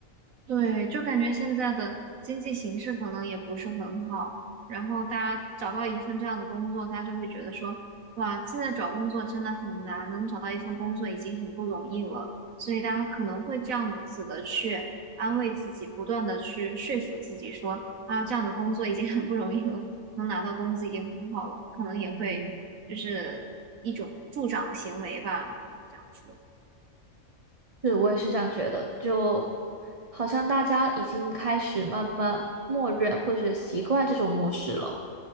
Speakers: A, on the right; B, on the right.
A: 对，就感觉现在的经济形势可能也不是很好，然后大家找到一份这样的工作，大家就会觉得说，哇，现在找工作真的很难，能找到一份工作已经很不容易了，所以大家可能会这样子的去安慰自己，不断的去说服自己说，啊，这样的工作已经很不容易了，能拿到工资已经很好了，可能也会就是一种助长的行为吧，可能这样说，
B: 是，我也是这样觉得，就好像大家已经开始慢慢默认或者习惯这种模式了。